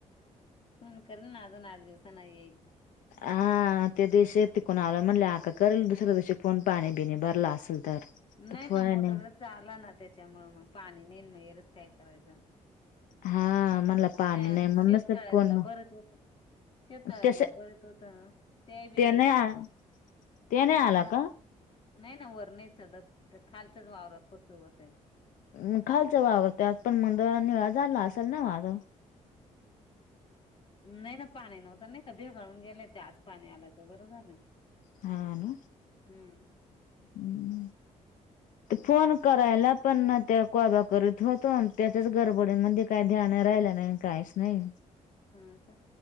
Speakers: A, on the left; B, on the left.
A: फोन करेल ना अजून आठ दिवसांना येईल?
B: हा त्या दिवशी य त कोणा आला म्हणले आका करेल दुसऱ्या दिवशी फोन पाणी बिणे भरला असेल तर
A: नाही
B: तर फोन
A: ना मोटर आला ना त्याच्यामुळे मग पाणी नाही काय करायचं.
B: हा म्हणला पाणी
A: त्या
B: नाही म्हणूनच
A: शेतकाळ्यातला
B: तर फोन
A: बरत होत. शताळ्यातला
B: तस
A: बरत होत ते बी
B: नाही आ ते
A: नाही
B: आला
A: झालं.
B: का?
A: नाही ना वर नाही जडत. <unintelligible>
B: म खालचं वावरते आज पण मंगवार नि व झाला असेल ना वाझ.
A: नाही ना पाणी नव्हत नाही का भिगाळून गेलंय त्याच पाणी आलायच बरं झालं.
B: हा ना
A: हम्म
B: हम्म
A: <inaudible>
B: फोन करायला पण त्या कोबा करत होतो आमच्याचच गडबडीमध्ये. काय ध्यान राहिला नाही काहीच नाही.
A: हा का